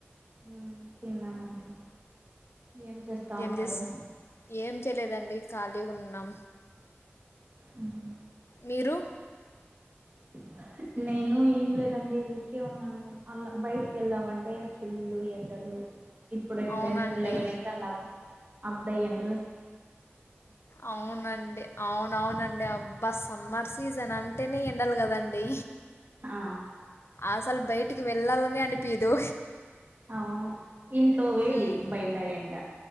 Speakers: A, on the right (about 45°); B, on the left (about 70°).
A: హ్మ్మ్ తిన్నామండి ఏం చేస్తా
B: ఏ
A: ఉన్నారు
B: చే ఏం చేయలేదండి ఖాళీ ఉన్నాం
A: హ్మ్మ్
B: మీరు
A: <inaudible> నేను ఏం లేదండి ఊరికే ఉన్నాను అలా బయటకి వెళ్దామంటే పుల్లు ఎండలు ఇప్పుడు
B: అవునండి
A: టెన్ లెవెన్ అయిత్ అ అప్పుడ అయ్యంట
B: అవునండి అవునవునండి ఆ బస్ సమ్మర్ సీజన్ అంటేనే ఎండలు కదండి
A: ఆ
B: అసలు బయటికి వెళ్ళాలని అనిపిదు
A: అవును ఇంట్లో వేడి
B: మ్మ్.
A: బయట ఎండ